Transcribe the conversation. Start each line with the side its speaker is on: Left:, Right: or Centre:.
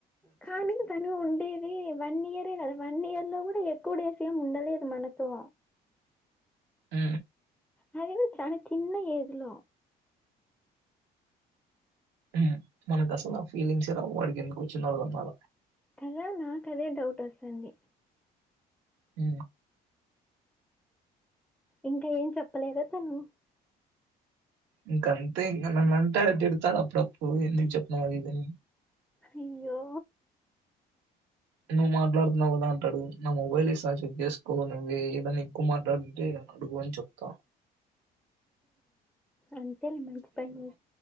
Centre: కానీ తను ఉండేది వన్ ఇయరే కదా వన్ ఇయర్ లో కూడా ఎక్కువ డేస్ ఏ ఉండలేదు మనతో
Right: ఉ
Centre: మరేమీ తన చిన్న ఏజ్లో
Right: ఉ మనకు అసలు ఆ ఫీలింగ్స్ రావ్ వాడికి ఎందుకొచ్చిందో అర్థంకాల
Centre: కదా నాకు అదే డౌట్ వస్తుంది
Right: ఉ
Centre: ఇంకా ఏం చెప్పలేద తను
Right: ఇంకంతే ఇంకా నన్నంటే అ తిడతాడు అప్పుడప్పుడు ఎందుకు చెప్పినవ్ ఇది అని
Centre: అయ్యో
Right: నువ్వు మాట్లాడుతున్నావ్ కదా అంటాడు నా మొబైల్ ఇస్త చెక్ చేసుకో నువ్వే ఏదైన్నా ఎక్కువ మాట్లాడుంటే అడుగు అని చెప్తా
Centre: అంతేలే మంచి పని చే